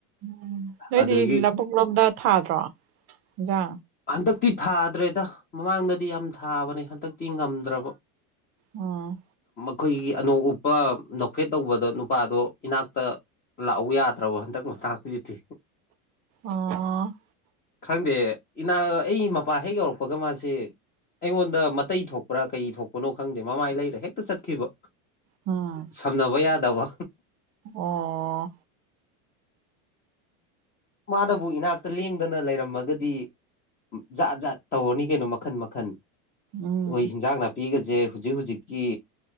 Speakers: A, on the right; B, on the left.
A: ꯎ ꯅꯣꯏꯗꯤ
B: ꯑꯗꯒꯤ
A: ꯂꯕꯨꯨꯛ ꯂꯣꯝꯗ ꯊꯥꯗ꯭ꯔꯣ ꯑꯣꯖꯥ
B: ꯍꯟꯗꯛꯇꯤ ꯊꯥꯗ꯭ꯔꯦꯗ ꯃꯃꯥꯡꯗꯗꯤ ꯌꯥꯝ ꯊꯥꯕꯅꯦ ꯍꯟꯗꯛꯇꯤ ꯉꯝꯗ꯭ꯔꯕ
A: ꯑ
B: ꯑꯩꯈꯣꯏꯒꯤ ꯑꯅꯧ ꯎꯞꯄ ꯅ ꯐꯦꯠ ꯇꯧꯕꯗꯣ ꯅꯨꯄꯥꯗꯣ ꯏꯅꯥꯛꯇ ꯂꯥꯛꯎ ꯌꯥꯗ꯭ꯔꯕꯣ ꯍꯟꯗꯛ ꯃꯛ ꯍꯧꯖꯤꯛꯇꯤ
A: ꯑꯣ
B: ꯈꯪꯗꯦ ꯏꯅꯥ ꯑꯩ ꯃꯄꯥ ꯍꯦꯛ ꯌꯧꯔꯛꯄꯒ ꯃꯥꯁꯤꯦ ꯑꯩꯉꯣꯟꯗ ꯃꯇꯩ ꯊꯣꯛꯄ꯭ꯔꯥ ꯀꯩ ꯊꯣꯛꯄꯅꯣ ꯈꯪꯗꯦ ꯃꯃꯥꯏ ꯂꯩꯔ ꯍꯦꯛꯇ ꯆꯠꯈꯤꯕ
A: ꯑ
B: ꯁꯝꯅꯕ ꯌꯥꯗꯕ
A: ꯑꯣ
B: ꯃꯥꯅꯕꯨ ꯏꯅꯥꯛꯇ ꯂꯦꯡꯗꯅ ꯂꯩꯔꯝꯃꯒꯗꯤ ꯖꯥꯠ ꯖꯥꯠ ꯇꯧꯔꯅꯤ ꯀꯩꯅꯣ ꯃꯈꯟ ꯃꯈꯟ
A: ꯎꯝ
B: ꯍꯣꯏ ꯍꯤꯟꯖꯥꯡ ꯅꯥꯄꯤꯒꯁ ꯍꯧꯨꯖꯤꯛ ꯍꯧꯨꯖꯤꯛꯀꯤ